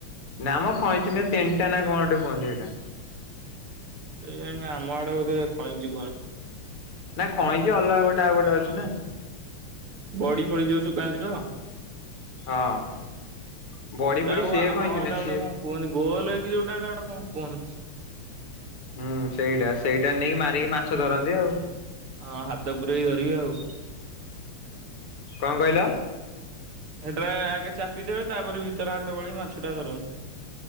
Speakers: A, on the left; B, on the right.
A: ନା ମୁଁ ଖଇଛି ନା ତିନଟା ନା କଣ ଗୋଟେ କୁହନ୍ତି ଏଇଟା।
B: ଏଇ ଜାଣି ଆମ ଆଡେ ବୋଧେ ଖଇଞ୍ଚି କହନ୍ତି।
A: ନା ଖଇଁଞ୍ଚି ଅଲଗା ଗୋଟେ ଆଉ ଗୋଟେ ଅଛି ନା।
B: ବଡି ଫଡି ଯୋଉ ସୁକାନ୍ତି ତ
A: ହଁ ବଢି
B: ସେଟା
A: ବଢି
B: ଆଉ
A: ସିଏ
B: ହଁ
A: ଖଇଞ୍ଚି
B: ଏଟା
A: ନୁହେଁ
B: ଗୋଟେ
A: ସିଏ
B: କଣ କୁହନ୍ତି ଗୋଲ ହେଇକି ଯୋଉଟା ଏଟା ଗୋଟେ କଣ କୁହନ୍ତି?
A: ହୁଁ ସେଇଟା ସେଇଟା ନେଇକି ମାରିକି ମାଛ ଧରନ୍ତି ଆଉ
B: ହଁ ହାତ ପୁରେଇ ଧରିବା ଆଉ
A: କଣ କହିଲ?
B: ସେଟା ଆଗେ ଚାପିଦେବେ, ତାପରେ ଭିତରେ ହାତ ଗୋଳେଇ ମାଛଟା ଧରନ୍ତି।